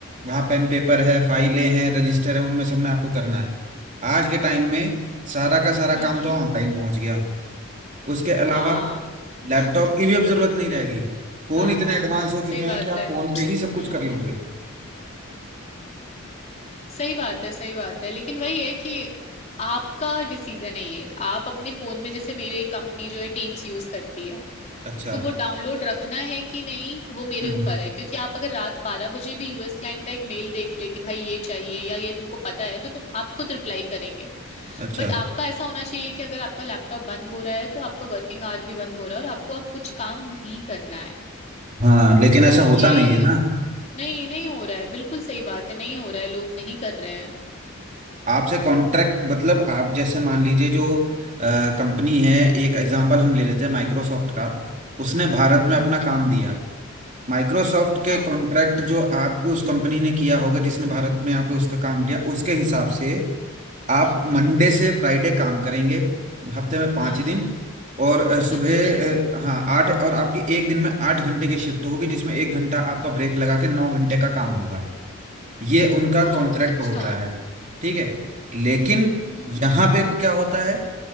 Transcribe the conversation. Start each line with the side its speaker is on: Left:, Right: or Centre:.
Right: वहां पेन पेपर है फाइलें हैं रजिस्टर है उनमें सब में आपको करना है आज के टाइम में सारा का सारा
Left: हम्म
Right: काम
Left: हम्म
Right: तो ऑनलाइन पहुंच गया उसके
Left: हाँ
Right: अलावा
Left: <laughs>
Right: लैपटॉप की भी अब जरूरत नहीं रह गई फोन
Left: हाँ
Right: इतने
Left: हाँ
Right: एडवांस
Left: हाँ
Right: हो
Left: सही
Right: चुके
Left: बात
Right: हैं कि आप
Left: है
Right: फोन पे ही सब कुछ
Left: हम्म
Right: कर लोगे
Left: सही बात है सही बात है लेकिन वही है कि आपका डिसीजन है ये आप अपने फोन में जैसे मेरे कंपनी जो है टीम्स यूज करती है
Right: अच्छा
Left: तो वो डाउनलोड रखना है कि नहीं वो मेरे
Right: हम्म
Left: ऊपर
Right: हम्म,
Left: है क्योंकि आप अगर रात बारह बजे भी यूएस क्लाइंट का एक मेल देख ले कि भाई ये चाहिए या ये तुमको पता है तो तुम आप खुद रिप्लाई करेंगे
Right: अच्छा
Left: बट आपका ऐसा होना चाहिए कि अगर आपका लैपटॉप बंद हो रहा है तो आपका वर्किंग आवर भी बंद हो रहा है और आपको अब कुछ काम नहीं करना है
Right: हाँ लेकिन
Left: सो
Right: ऐसा होता
Left: ये
Right: नहीं है ना
Left: नहीं नहीं हो रहा है बिल्कुल सही बात है नहीं हो रहा है लोग नहीं कर रहे हैं
Right: आपसे कॉन्ट्रैक्ट मतलब आप जैसे मान लीजिए जो कंपनी है एक एग्जांपल हम ले लेते हैं माइक्रोसॉफ्ट का उसने भारत में
Left: हम्म
Right: अपना
Left: हम्म।
Right: काम दिया माइक्रोसॉफ्ट के
Left: हाँ
Right: कॉन्ट्रैक्ट जो आप उस कंपनी ने किया होगा जिसने भारत में यहाँ पे उसका काम लिया उसके हिसाब से आप
Left: हम्म हम्म
Right: मंडे से फ्राइडे काम करेंगे हफ्ते में पाँच
Left: हाँ हाँ
Right: दिन और अ, सुबह
Left: अच्छा
Right: अ, हाँ आठ और आपकी एक दिन में आठ घंटे की शिफ्ट होगी जिसमें एक घंटा आपका ब्रेक लगा के नौ घंटे का काम होगा ये उनका
Left: ओ
Right: कॉन्ट्रैक्ट
Left: अच्छा
Right: होता है ठीक है लेकिन
Left: हम्म
Right: यहाँ पे वो क्या होता है